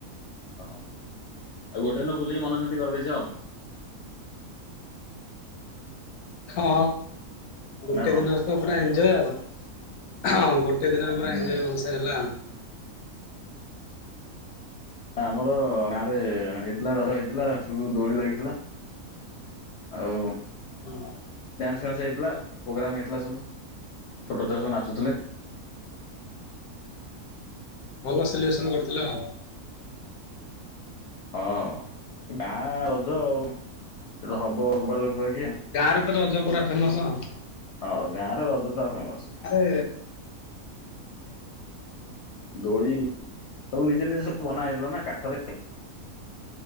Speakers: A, on the left (about 65°); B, on the left (about 85°).
A: ହ ଆଉ ଗୋଟେ ଦିନ ବୁଲିକି ମନ ସେମତି କରିଦେଇଛ ଆଉ
B: ହଁ ଗୋଟେ
A: ନା କଣ?
B: ଦିନରେ ତ ପୁରା ଏତି ୟ ଆଉ ହଁ ଗୋଟେ କେତେ ଦିନରେ
A: ହୁଁ।
B: ପୁର ଏଞଜୟ ବସ ହେଲା।
A: ଆମର ଗାଁରେ ହେଇଥିଲା ରଜ ହେଇଥିଲା ସବୁ ଦୋଳି ଲାଗିଥିଲା ଆଉ
B: ହୁଁ
A: ହେ
B: ଭଲ ସେଲିବ୍ରେସନ କରିଥିଲେ ହଁ?
A: ହଁ ଗାଁ ରଜ ଆଉ ସେ ତ ହବ ବୋବା ଲୋକ
B: ଗାାରୁ ତ ରଜ ପୁରା ଫେମସ ହଁ
A: ହଁ ଗରେ ରଦପ ଫ ମାସ
B: ଗାଁରେ
A: ଦୋଳି ସବୁ ନିଜ ନିଜ ସବୁ ବନା ହେଇଥିଲା ନା କାଠରେ